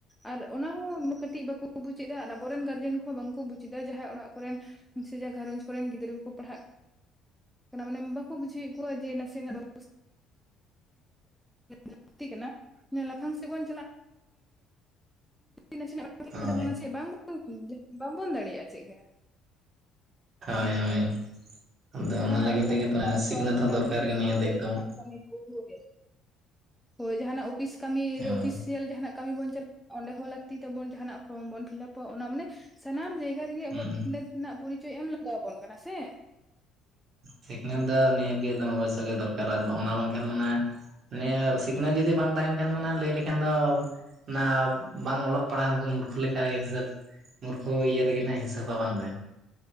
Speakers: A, in the centre; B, on the right (about 50°).
A: ᱟᱨ ᱚᱱᱟ ᱦᱚᱸ ᱠᱟᱹᱴᱤᱡ ᱵᱟᱠᱚ ᱵᱩᱡᱮᱫᱟ ᱟᱨ ᱟᱵᱚᱨᱮᱱ ᱜᱟᱨᱡᱮᱱ ᱠᱚᱦᱚᱸ ᱵᱟᱝᱠᱚ ᱵᱩᱡᱽᱫᱟ ᱡᱟᱦᱟᱸᱭ ᱚᱲᱟᱜ ᱠᱚᱨᱮᱱ, ᱥᱮ ᱡᱟ ᱜᱷᱟᱸᱨᱚᱧᱡᱽ ᱠᱚᱨᱮᱱ ᱜᱤᱫᱽᱨᱟᱹ ᱠᱚ ᱠᱚ ᱯᱟᱲᱦᱟᱜ ᱠᱟᱱᱟ ᱢᱟᱱᱮ ᱵᱟᱠᱚ ᱵᱩᱡᱷᱟᱹᱣ, ᱠᱚᱣᱟᱜ ᱡᱮ ᱱᱟᱥᱮᱱᱟᱜ <inaudible> ᱞᱟᱹᱠᱛᱤ ᱠᱟᱱᱟ ᱞᱟᱯᱷᱟᱝ ᱥᱮᱫ ᱵᱚᱱ <inaudible> ᱱᱟᱥᱮᱱᱟᱜ,
B: ᱦᱳᱭ
A: <inaudible> ᱵᱟᱝ ᱵᱟᱵᱚᱱ ᱫᱟᱲᱮᱭᱟᱜᱼᱟ ᱪᱮᱫ ᱜᱮ,
B: ᱦᱳᱭ ᱦᱳᱭ ᱟᱫᱚ
A: ᱡᱟᱦᱟᱱᱟᱜ
B: ᱚᱱᱟ ᱞᱟᱹᱜᱤᱫ
A: ᱯᱷᱨᱚᱢ
B: ᱛᱮ ᱜᱮ
A: ᱯᱷᱤᱞᱟᱯ
B: ᱛᱚ ᱥᱤᱠᱷᱱᱟᱹᱛ
A: ᱯᱷᱨᱚᱢ ᱯᱷᱤᱞᱟᱯ
B: ᱦᱚᱸ ᱫᱚᱨᱠᱟᱨ
A: ᱛᱷᱮᱠᱮ
B: ᱜᱮ
A: ᱥᱩᱨᱩ
B: ᱱᱤᱭᱟᱹ ᱫᱚ
A: ᱠᱚᱨᱮ
B: ᱮᱠᱫᱚᱢ,
A: ᱱᱟᱦᱟᱜ ᱠᱟᱹᱢᱤ ᱠᱳ ᱦᱳᱭᱳᱜ ᱜᱮᱭᱟ, ᱦᱳᱭ ᱡᱟᱦᱟᱱᱟᱜ ᱚᱯᱷᱤᱥ ᱠᱟᱹᱢᱤ
B: ᱦᱳᱭ
A: ᱨᱮ ᱚᱯᱷᱤᱥᱤᱭᱟᱞ ᱡᱟᱦᱱᱟᱜ, ᱠᱟᱹᱢᱤ ᱵᱚᱱ ᱪᱟᱞᱟᱜᱼᱟ ᱚᱸᱰᱮ ᱦᱚᱸ ᱞᱟᱹᱠᱛᱤ ᱛᱟᱵᱚᱱ ᱡᱟᱦᱟᱱᱟᱜ ᱯᱷᱨᱚᱢ ᱵᱚᱱ ᱯᱷᱤᱞᱟᱯ, ᱛᱚ ᱚᱱᱟ ᱢᱟᱱᱮ ᱥᱟᱱᱟᱢ ᱡᱟᱭᱜᱟ ᱨᱮ ᱜᱮ
B: ᱦᱩᱸ
A: ᱟᱵᱚ ᱥᱤᱠᱷᱱᱟᱹᱛ ᱨᱮᱱᱟᱜ ᱯᱚᱨᱤᱪᱚᱭ ᱮᱢ ᱞᱟᱜᱟᱣ ᱟᱵᱚᱱ ᱠᱟᱱᱟ ᱥᱮ,
B: ᱥᱤᱠᱷᱱᱟᱹᱛ ᱱᱤᱦᱟᱹᱛ ᱫᱚ ᱱᱤᱦᱟᱹᱛ ᱜᱮ ᱫᱚᱢᱮ ᱚᱵᱚᱥᱚ ᱜᱮ ᱫᱚᱨᱠᱟᱨ ᱟᱨ ᱚᱱᱟ ᱵᱟᱝᱠᱷᱟᱱ ᱢᱟᱱᱮ, ᱱᱮ ᱥᱤᱠᱷᱱᱟᱹᱛ ᱡᱩᱫᱤ ᱵᱟᱝ ᱛᱟᱦᱮᱱ ᱠᱷᱟᱱ ᱢᱟᱱᱮ ᱞᱟᱹᱭ ᱞᱮᱠᱷᱟᱱ ᱫᱚ, ᱚᱱᱟ ᱵᱟᱝ ᱚᱞᱚᱜ ᱯᱟᱲᱦᱟᱜ ᱩᱱᱠᱩ ᱢᱩᱨᱠᱷᱩ ᱞᱮᱠᱟ ᱜᱮ ᱦᱤᱥᱟᱹᱵ, ᱢᱩᱨᱠᱷᱩ ᱤᱭᱟᱹ ᱨᱮ ᱜᱮ ᱱᱟᱜ ᱦᱤᱥᱟᱹᱵᱟ ᱵᱟᱝ ᱫᱮ,